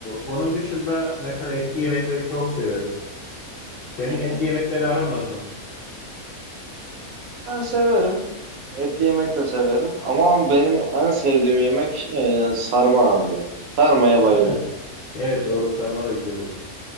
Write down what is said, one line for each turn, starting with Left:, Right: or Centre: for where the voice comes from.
Left: onun dışında mesela etli yemekleri çok severim. Senin
Right: Hı
Left: etli
Right: hı.
Left: yemekleri aran nasıl?
Right: Ben severim. Etli yemek de severim. Ama benim en sevdiğim yemek e, sarma abi ya. Sarmaya bayılırım.
Left: Tabii. Evet doğru sarma da güzel oluyor.